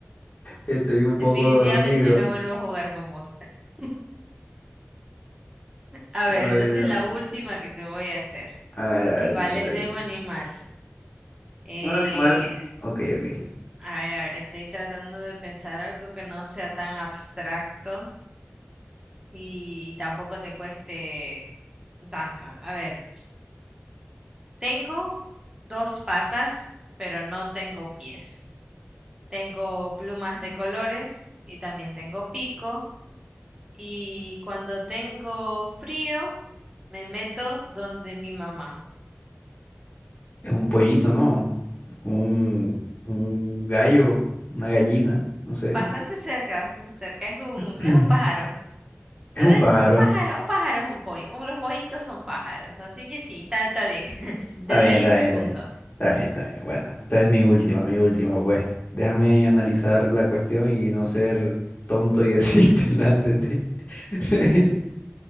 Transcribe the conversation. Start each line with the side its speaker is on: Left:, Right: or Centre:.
Left: estoy un
Right: Definitivamente
Left: poco dormido.
Right: no vuelvo a jugar con vos. <laughs> A ver,
Left: Ay,
Right: entonces
Left: no.
Right: la última que te voy a hacer.
Left: A ver, a
Right: Igual
Left: ver, dímela,
Right: es
Left: dímela.
Right: de un animal. Eh,
Left: Un animal. Ok, ok.
Right: a ver, a ver, estoy tratando de pensar algo que no sea tan abstracto. Y tampoco te cueste tanto. A ver, tengo dos patas, pero no tengo pies. Tengo plumas de colores y también tengo pico. Y cuando tengo frío, me meto donde mi mamá.
Left: Es un pollito, ¿no? Un, un gallo, una gallina, no sé.
Right: Bastante cerca, bastante cerca. Es un,
Left: <clears throat>
Right: es un pájaro.
Left: Es
Right: A
Left: un
Right: ver,
Left: pájaro.
Right: Un pájaro, un pájaro es un pollo. Un- Los pollitos son pájaros. Así que sí, está, está bien. <laughs>
Left: Está
Right: Te
Left: bien,
Right: doy
Left: está
Right: este
Left: bien,
Right: punto.
Left: está bien. Está bien, está bien. Bueno, esta es mi última, mi última, pues. Déjame analizar la cuestión y no ser tonto y <laughs> decírtela antes de. <laughs>